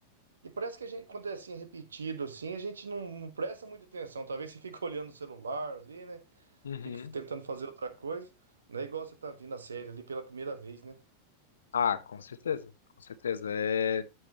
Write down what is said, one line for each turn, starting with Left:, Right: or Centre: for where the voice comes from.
Right: E parece que a gente, quando é assim, repetido, assim, a gente não, não presta muita atenção. Talvez você fique olhando o celular ali, né?
Left: Uhum.
Right: Fica tentando fazer outra coisa. Não é igual você tá vindo a série ali pela primeira vez, né?
Left: Ah, com certeza. Com certeza. É,